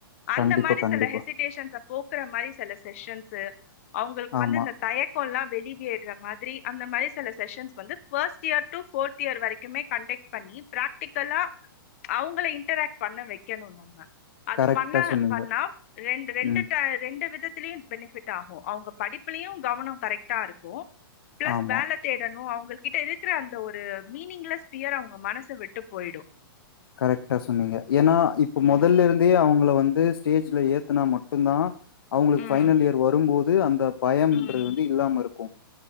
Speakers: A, on the left; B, on the left.
A: அந்த
B: கண்டிப்பா,
A: மாரி
B: கண்டிப்பா.
A: செல ஹெசிடேஷன்ஸ போக்குற மாரி சில செஷன்ஸூ அவங்களுக்கு வந்து
B: ஆமா.
A: இந்த தய கல்லா வெளியேருர மாதிரி அந்த மாதிரி சில செஷன்ஸ் வந்து first year to fourth year வரைக்குமே கண்டக்ட் பண்ணி பிராக்டிக்கலா அவங்கள இன்டராக்ட் பண்ண வைக்கணு நம்ம அது
B: கரெக்ட்டா
A: பண்ண
B: சொன்னீங்க.
A: பண்ணா ரெண்டு ரெண்டு
B: ம்.
A: ரெண்டு வித த்திலயு பெனிபிட் ஆகு அவங்க படிப்புலயு கவனம் கரெக்டா இருக்கும் பிளஸ்
B: ஆமா.
A: வேல தேடணும் அவங்க கிட்ட இருக்கிற அந்த ஒரு மீனிங்லெஸ் பியர் அவங்க மனச விட்டு போய்டு
B: கரெக்ட்டா சொன்னீங்க ஏன்னா இப்ப
A: ம்
B: மொதல்ல இருந் தபயே அவங்கள வந்து ஸ்டேஜ்ல ஏத்துனா மட்டுந்தா அவங்களுக்கு
A: ம்
B: பைனல் இயர் வரும்போது அந்த பயம்ன்றது
A: ம்
B: வந்து இல்லாம இருக்கு